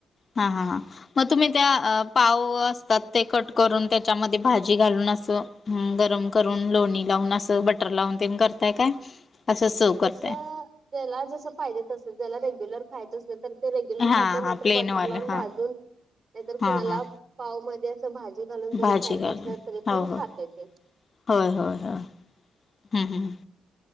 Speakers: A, on the left (about 40°); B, on the right (about 50°).
A: हा हा हा. मग तुम्ही त्या पाव असतात ते कट करून त्याच्यामध्ये भाजी घालून अस हम्म गरम करून लोणी लावून असं बटर लावून तेन करताय काय? असं सव करताय
B: तस त्याला जस पाहिजे तसं ज्याला रेग्युलर खायच असल तर ते रेग्युलर
A: हा
B: खातोय नाही
A: हा
B: तर
A: प्लेन
B: बटर
A: वालं
B: लावून
A: हा
B: भाजून नाहीतर
A: हा
B: कुणाला
A: हा
B: पाव मध्ये अस भाजी घालून
A: भाजी
B: जरी खायचं
A: घालून
B: असल तरी पण
A: हो हो
B: खातय ते
A: होय होय होय हं हं